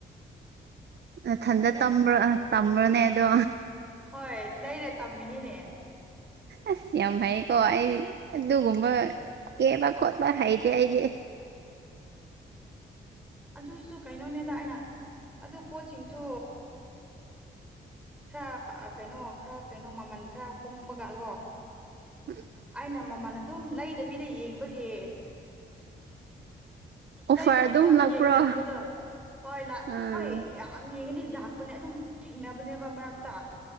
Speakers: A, on the right (about 60°); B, in the centre.
A: ꯅꯊꯟꯗ
B: ꯈꯪꯗꯦ
A: ꯇꯝꯕ꯭ꯔ ꯇꯝꯔꯣꯅꯦ ꯑꯗꯣ
B: ꯍꯣꯏ ꯂꯩꯔꯦ ꯇꯝꯃꯤꯅꯤꯅꯦ
A: ꯑꯁ ꯌꯥꯝ ꯐꯩꯀꯣ ꯑꯩ ꯑꯗꯨꯒꯨꯝꯕ ꯀꯦꯕ ꯈꯣꯠꯄ ꯍꯩꯇꯦ ꯍꯩꯗꯤ
B: ꯑꯗꯨꯁꯨ ꯀꯩꯅꯣꯅꯦꯗ ꯑꯩꯅ ꯑꯗꯨ ꯄꯣꯠꯁꯤꯡꯁꯨ ꯈꯔ ꯀꯩꯅꯣ ꯈꯔ ꯀꯩꯅꯣ ꯃꯃꯟ ꯈꯔ ꯍꯣꯡꯕꯒꯒꯣ
A: ꯎꯝ
B: ꯑꯩꯅ ꯃꯃꯜ ꯑꯗꯨꯝ ꯂꯩꯗꯕꯤꯗ ꯌꯦꯡꯕꯒꯤ
A: ꯑꯣꯐꯔ
B: ꯂꯩꯗꯕꯤꯗ
A: ꯑꯗꯨꯝ
B: ꯌꯥꯝ
A: ꯂꯥꯛꯄ꯭ꯔꯣ
B: ꯌꯦꯡꯒꯟꯕꯗꯣ ꯍꯣꯏ ꯂꯥꯛ
A: ꯎꯝ
B: ꯍꯣꯏ ꯌꯥꯝ ꯌꯦꯡꯉꯗꯤ ꯂꯥꯛꯄꯅꯦ ꯑꯗꯨꯝ ꯊꯦꯡꯅꯕꯅꯦꯕ ꯃꯔꯛꯇ